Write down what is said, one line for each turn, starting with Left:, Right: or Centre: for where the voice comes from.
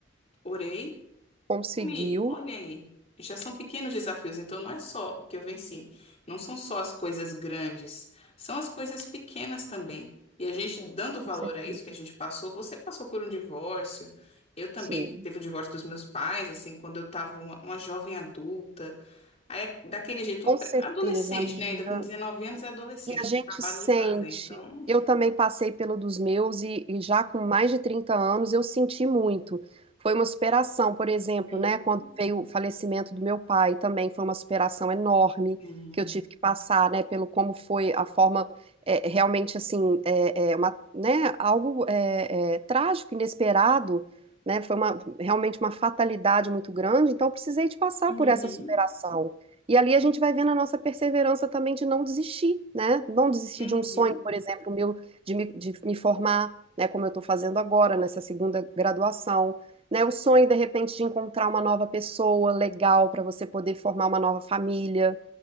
Left: orei.
Right: conseguiu,
Left: Me, olha aí. Já são pequenos desafios, então não é só o que eu venci. Não são só as coisas grandes, são as coisas pequenas também. E a gente dando
Right: com
Left: valor
Right: certeza.
Left: a isso que a gente passou, você passou por um divórcio, eu também
Right: Sim,
Left: teve o divórcio dos meus pais, assim, quando eu estava uma, uma jovem adulta. Aí, é daquele jeito,
Right: com
Left: uma pré-
Right: certeza,
Left: adolescente,
Right: amiga.
Left: né? Ainda com 19 anos é adolescente,
Right: E a gente
Left: tinha acabado
Right: sente.
Left: de fazer. Então,
Right: Eu também passei pelo dos meus e, e já com mais de 30 anos eu senti muito. Foi uma superação, por exemplo,
Left: hum,
Right: né? Quando veio o falecimento do meu pai também foi uma superação enorme
Left: sim.
Right: que eu tive que passar, né? Pelo como foi a forma é, realmente assim, é, é uma, né? Algo é, é, trágico, inesperado, né? Foi uma, realmente uma fatalidade muito grande. Então eu precisei de passar
Left: Uhum,
Right: por essa superação. E ali a gente vai vendo a nossa perseverança também de não desistir, né? Não desistir
Left: uhum,
Right: de um sonho, por exemplo, meu, de me, de me formar, né? Como eu estou fazendo agora, nessa segunda graduação, né? O sonho, de repente, de encontrar uma nova pessoa legal para você poder formar uma nova família.